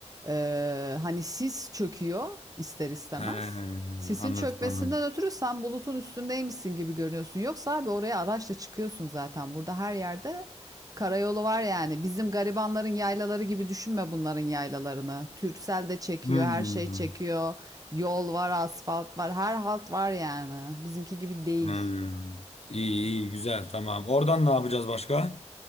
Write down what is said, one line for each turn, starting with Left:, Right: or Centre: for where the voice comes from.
Right: eee, hani sis çöküyor ister istemez.
Left: He,
Right: Sisin
Left: anladım
Right: çökmesinden
Left: anladım.
Right: ötürü sen bulutun üstündeymişsin gibi görünüyorsun. Yoksa abi oraya araçla çıkıyorsun zaten. Burada her yerde karayolu var yani. Bizim garibanların yaylaları gibi düşünme bunların yaylalarını. Türksel de çekiyor,
Left: Hmm.
Right: her şey çekiyor. Yol var, asfalt var, her halt var yani. Bizimki gibi değil.
Left: Hmm. İyi iyi güzel tamam. Oradan ne yapacağız başka?